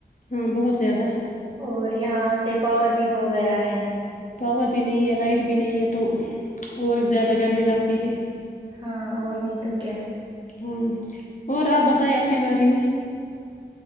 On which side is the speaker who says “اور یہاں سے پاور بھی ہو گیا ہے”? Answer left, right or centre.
Right